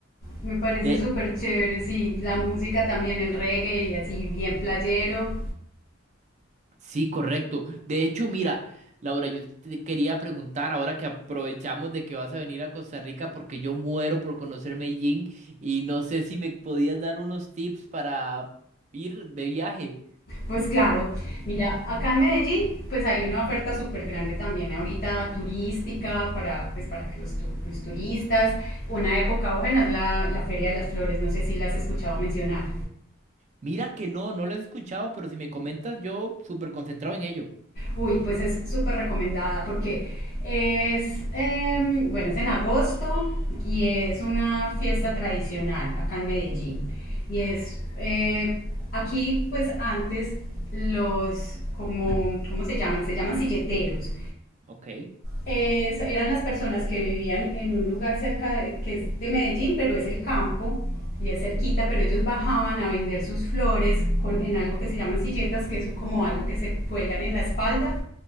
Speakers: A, on the left; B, on the right.
A: me parece
B: de
A: súper chévere, sí, la música también, el reggae y así bien playero.
B: Sí, correcto. De hecho, mira, Laura, yo te quería preguntar ahora que aprovechamos de que vas a venir a Costa Rica porque yo muero por conocer Medellín y no sé si me podías dar unos tips para ir de viaje.
A: Pues claro, mira, acá en Medellín pues hay una oferta súper grande también ahorita turística para, pues, para que los, tu- los turistas, una época buena es la, la Feria de las Flores, no sé si la has escuchado mencionar.
B: Mira que no, no lo he escuchado, pero si me comentas, yo súper concentrado en ello.
A: Uy, pues es súper recomendada porque es, em, bueno, es en agosto y es una fiesta tradicional acá en Medellín. Y es, eh, aquí pues antes los, como, ¿cómo se llaman? Se llaman silleteros.
B: Ok,
A: eh, eran las personas que vivían en un lugar cerca de, que es de Medellín, pero es el campo y es cerquita, pero ellos bajaban a vender sus flores con, en algo que se llaman silletas, que es como algo que se cuelgan en la espalda